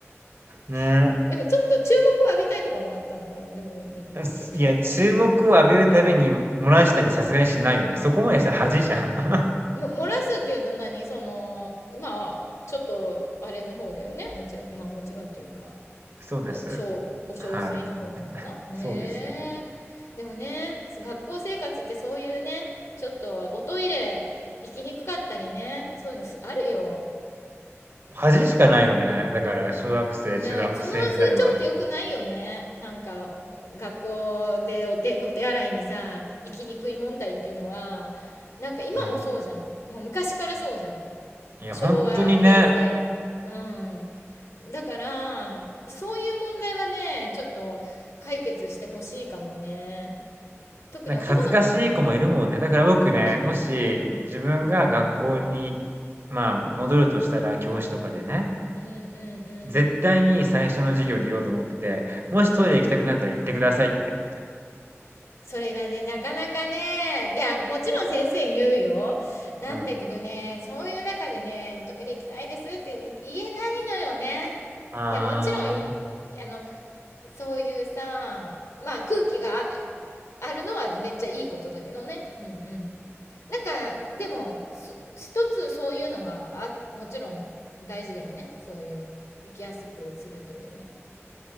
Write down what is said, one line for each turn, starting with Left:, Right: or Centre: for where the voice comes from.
Right: ね。
Left: <laughs> でもちょっと注目を浴びたいとかもあったのかな。でも、うん、
Right: すいや、
Left: ちょっとわかんない。
Right: 注目を浴びるために漏らしたりさすがにしないよね。そこまでしたら恥じゃん。<laughs>
Left: うん。も、漏らすっていうと何その、まあ、ちょっと、あれの方だよね。もちろん、まあもちろんっていうか。
Right: そうです。
Left: お、小、お小水の方なのかなへえ。
Right: はい。そうです。
Left: でもね、そ学校生活ってそういうね、ちょっとおトイレ行きにくかったりね、そういうのすあるよ。
Right: 恥しかないよね。だから小学生、
Left: まあ、
Right: 中学生時代は。
Left: その風潮って良くないよね。なんか、学校でお手、お手洗いにさ、行きにくい問題っていうのは、なんか今もそうじゃん。
Right: うん。
Left: もう昔からそうじゃん。
Right: いや、
Left: もう昭和、
Right: 本当にね、
Left: 平成。うん。だから、そういう問題はね、ちょっと解決してほしいかもね。特に男の子なんてね。
Right: なんか恥ずかしい子もいるもんね。だから僕ね、
Left: いや、
Right: もし自分が学校に、
Left: うん、うん、
Right: まあ、戻るとしたら、教師とかでね、
Left: うん、うん、うん。
Right: 絶対に最初の授業で言おうと思ってて、もしトイレ行きたくなったら行ってくださいって。
Left: それがね、なかなかね、いや、もちろん先生言うよ。なんだけどね、
Right: うん。
Left: そういう中でね、トイレ行きたいですって言えないのよね。
Right: ああ。
Left: いや、もちろんい、あの、そういうさ、まあ空気がああるのはめっちゃいいことだけどね。うんうん。なんか、でも、す一つそういうのはあ、もちろん大事だよね。そういう、生きやすくするというね。